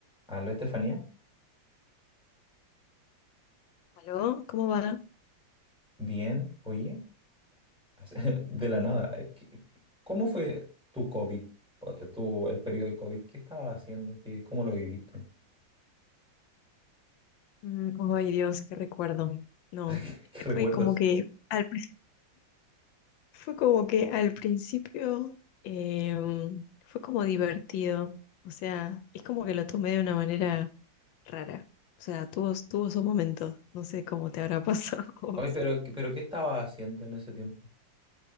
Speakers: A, in the centre; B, on the left.
A: Aló, Estefanía.
B: ¿Aló? ¿Cómo va?
A: Bien, oye, <laughs> de la nada. eh, ¿qué- ¿Cómo fue tu COVID? o, eh, Tu, el periodo de COVID, ¿qué estabas haciendo? ¿Qué, cómo lo viviste?
B: Mm, ay, Dios, qué recuerdo. No,
A: <laughs> ¿Qué recuerdas?
B: fue como que al, pri- fue como que al principio em, fue como divertido. O sea, es como que lo tomé de una manera rara. O sea, tuvo, tuvo su momento. No sé cómo te habrá <laughs> pasado a vos.
A: Oye, pero, pero ¿qué estabas haciendo en ese tiempo?